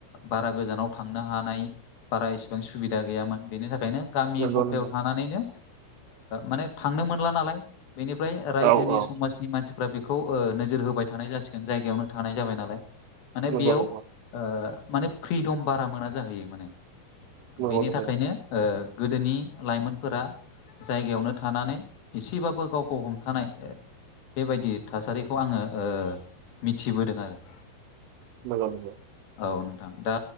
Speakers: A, on the left; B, on the right.
A: बारा गोजानाव थांनो हानाय बारा इसिबां सुबिदा गैयामोन बेनि थाखायनो गामि
B: नंगौ
A: गफायाव
B: नंगौ
A: थानानैनो माने थांनो मोनला नालाय बेनिफ्राय रायजोनि
B: औ औ
A: समाज मानसिफ्रा बेखौ नोजोर होबाय थानाय जासिगोन जायगायावनो थानाय जाबाय नालाय माने
B: नंगौ
A: बेयाव
B: नंगौ
A: ओ माने फ्रिदम बारा मोना जाहैयो माने
B: नंगौ
A: बेनि
B: नंगौ
A: थाखायनो ओ गोदोनि लाइमोनफोरा जायगायावनो थानानै एसेबाबो गावखौ हमथानाय बेबायदि थासारिखौ आङो ओ मिथिबोदों आरो
B: औ नंगौ
A: औ नोंथां दा